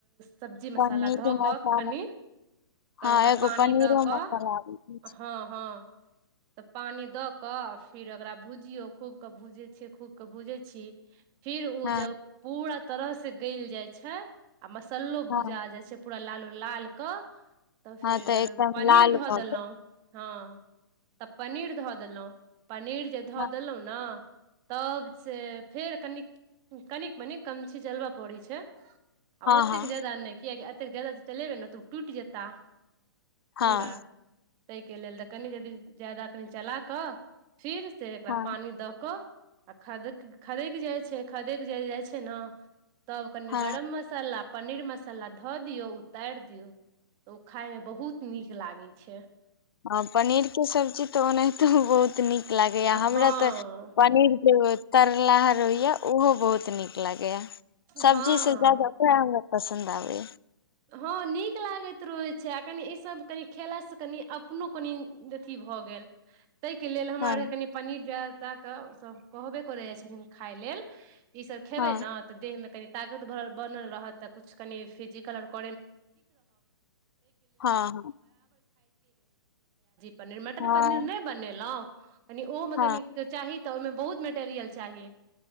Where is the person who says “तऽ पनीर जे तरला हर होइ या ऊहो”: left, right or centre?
Left